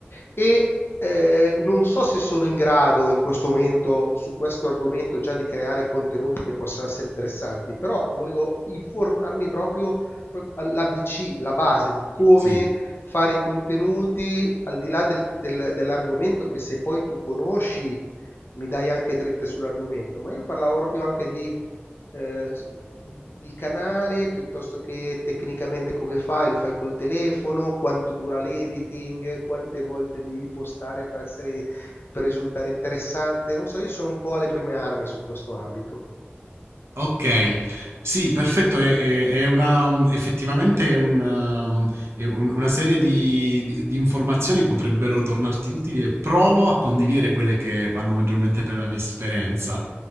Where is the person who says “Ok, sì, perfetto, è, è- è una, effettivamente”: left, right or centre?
Right